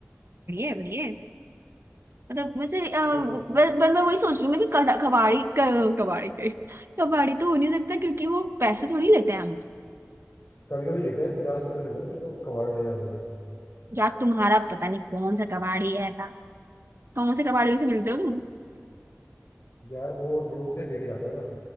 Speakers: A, on the right (about 50°); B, on the left (about 50°).
A: बढ़िया है, बढ़िया है। मतलब वैसे अ, ब-
B: तो
A: पर मैं वही सोच रही हूँ मैं कि कड़ा- कबाड़ी क- कबाड़ी करी कबाड़ी तो हो नहीं सकता क्योंकि वो पैसे थोड़ी लेते हैं हमसे
B: कभी कभी लेता है यार पचास रुपए लेता है मेरे तो कबाड़ ले जाने का
A: यार तुम्हारा पता नहीं कौन सा कबाड़ी है ऐसा कौन से कबाड़ियों से मिलते हो तुम
B: यार वो रूम से लेके जाता है ना